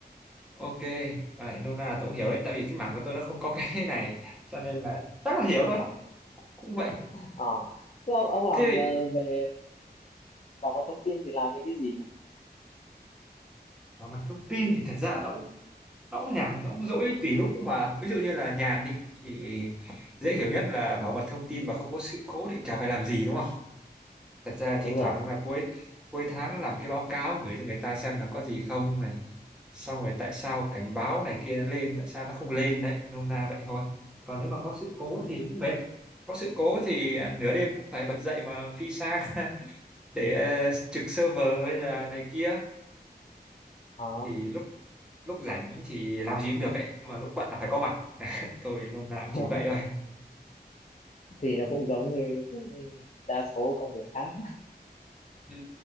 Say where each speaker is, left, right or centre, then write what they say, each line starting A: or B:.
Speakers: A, in the centre; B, on the left (about 40°).
A: Ok, Đấy, nôm na là tôi cũng hiểu đấy, tại vì cái mảng của tôi nó không có <laughs> cái này, cho nên là chắc là hiểu
B: <laughs>
A: thôi, cũng vậy.
B: Ờ. Thế ông, ông
A: Thế
B: làm ờ, về bảo mật thông tin thì làm những cái gì nhỉ
A: Và mặt thông tin thì thật ra nó cũng nó cũng nhàn nó cũng dỗi tùy lúc mà ví dụ như là nhàn đi thì dễ hiểu nhất là bảo mật thông tin mà không có sự cố thì cũng chả phải làm gì đúng không thật ra thi
B: đúng rồi
A: thoảng là cuối cuối tháng làm cái báo cáo gửi cho người ta xem là có gì không này xong rồi tại sao cảnh báo này kia nó lên tại sao nó không lên đấy nôm na vậy thôi còn nếu mà có sự cố
B: ừ.
A: thì cũng mệt có sự cố thì à, nửa đêm cũng phải bật dậy mà phi sang <laughs> để ờ, trực server hay là này kia
B: Ờ.
A: thì lúc lúc rảnh thì làm gì cũng được ấy nhưng mà lúc bận là phải có mặt tôi lúc nào cũng
B: <laughs>
A: chỉ vậy thôi
B: thì nó cũng giống như những cái đa số công việc khác
A: ừ.